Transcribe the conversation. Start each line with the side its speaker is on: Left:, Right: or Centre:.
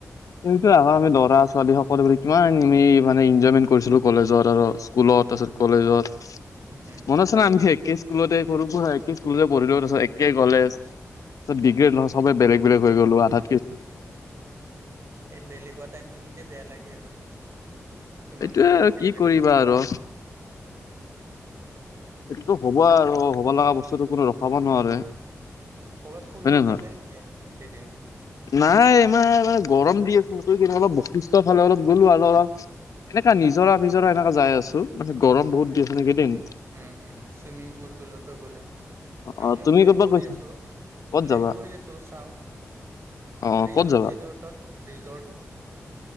Left: এইটো আহ আমি দৰা আছো। ছোৱালীসকল বুলি কিমান আমি মানে এনজয়মেণ্ট কৰিছিলোঁ কলেজত আৰু স্কুলত তাৰপিছত কলেজত।
Right: উম
Left: মনত আছে ন আমি যে একে স্কুলতে কৰো একে স্কুলতে পঢ়িলো তাৰিছত একে কলেজ। তিত ডিগ্ৰে সবে বেলেগ বেলেগ গলো আধা
Right: উ এই বেলেগ হোৱা টাইম খিনিতে বেয়া লাগে আৰু। ইমান
Left: এইটোয়ে
Right: বছৰ
Left: আৰু
Right: একেলগে
Left: কি কৰিবা
Right: থাকে।
Left: আৰু সটোতো হব আৰু হ'ব লগা বস্তুতটো কোনো ৰখাব নোৱাৰে।
Right: কৰ'বাত ফুৰিব
Left: হয় নে
Right: গৈছে
Left: নহয়
Right: নেকি একেইদিন?
Left: নাই ইমাৰানে গৰম দি আছ ম কিন্ত অলপ বৈশিস্থ ফালে অলপ গ'লো, আৰু অলপ এনেককা নিজৰা ভিজৰা এনেকা যাই আছো, মানে গৰম বহুত দি স নেকেইদিন।
Right: উ উ চুইমিং পুলটোলতে গ'লে, আমিও
Left: অ তুমি
Right: প্লেন
Left: ক'তবা
Right: কৰি
Left: কৈছা
Right: আছো।
Left: ক'ত
Right: প্লেন
Left: যাবা
Right: কৰি আছোঁ, চাওঁ।
Left: অ
Right: ৰিজৰ্ট
Left: ক'ত যাবা
Right: চিজৰ্টত, ৰিজৰ্ট,